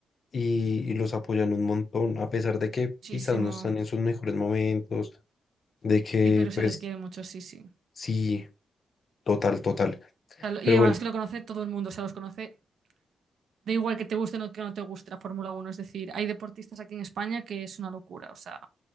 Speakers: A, on the left; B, on the right.
A: y, y los apoyan un montón, a pesar de que
B: Muchísimo.
A: quizás no están en sus mejores momentos, de que
B: Sí, pero
A: pues
B: se les quiere mucho, sí, sí. O
A: sí, total, total.
B: sea, lo-
A: Pero
B: y además
A: bueno,
B: que lo conoce todo el mundo, o sea, los conoce. Da igual que te guste o no, que no te guste la Fórmula Uno Es decir, hay deportistas aquí en España que es una locura, o sea,